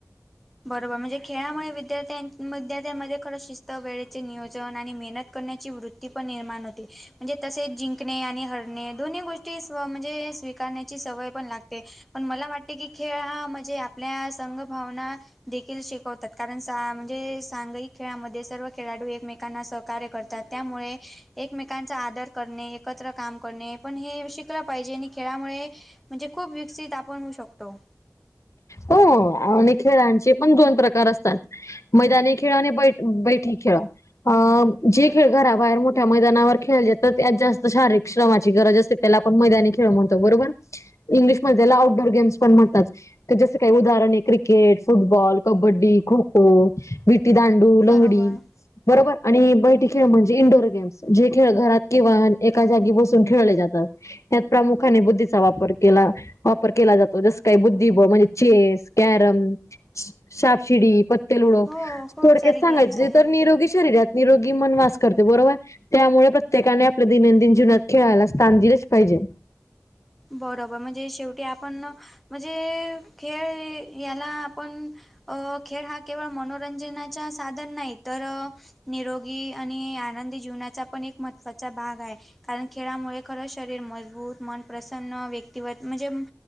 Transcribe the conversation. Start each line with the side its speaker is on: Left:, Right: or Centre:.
Centre: बरोबर म्हणजे खेळामुळे विद्यार्थ्यां विद्यार्थ्यांमध्ये खरं शिस्त वेळेचे नियोजन आणि मेहनत करण्याची वृत्ती पण निर्माण होती म्हणजे तसे जिंकणे आणि हरणे दोन्ही गोष्टी म्हणजे स्वीण्या सवय पण लागते पण मला वाटते की खेळ हा म्हणजे आपल्या संघभवना देखील शिकवतात कारण म्हणजे सांघयिक खेळामध्ये सर्व खेळाडू एकमेक सकार्य करतात त्यामुळे एकमेकांचा आदर करणे एकत्र काम कर आपण हे शिकलं पाहिजे आणि खेळामुळे म्हणजे खूप विकसित आपण होऊ शकतो
Left: हो आणि खेळांचे पण दोन प्रकार असतात मैदानी खेळ आणिै बैठी खेळ अ जे खेळ घराबाहेर मोठ्या मैदानावर खेळचेात त्यात जास्त शारीरिक श्रमाची गरज असते त्याला आपण मैदानी खेळ म्हणतो बरोबर इंग्लिशमध्येध्ये त्याला आउटडोर गेम्स पण म्हणतात जस काही उदाहरण आहे क्रिकेट फुटबॉल कबड्डी खो खो विटी दांड डू लंगडी
Centre: बरोबर.
Left: बरोबर आणि बैठी खेळ म्हणजे इंडोर गेम् जे खेळ घरात किंवा एका जागी बसून खेळले जात प्रख बुद्धीचाप वापर केला जातो जस का बु चेस कॅरम साप सिडी ते लुडो
Centre: हो खूप
Left: थोडक्यास
Centre: सारे
Left: सांगायचे
Centre: गेम्स आहे
Left: तर निरोगी शरीरात निरोगी मनवास करते बरोबर त्यामुळे प्रत्येकाने आपल्या दैनंदिन जीवनात खेळायला स्थान दिलंच पाहिजे
Centre: बरोबर म्हणजे शेवटी आपण म्हणजे खेळ याला आपण अ खेळ हा केवळ मनोरंजनाचा साधन नाही तर निरोगी आणि आनंदी जीवनाचा पण एकत महवाचा भाग आहे कारण खेळामुळे खरं शरीर मजबूत मन प्रसन्न व्यक्तिवत म्हणजे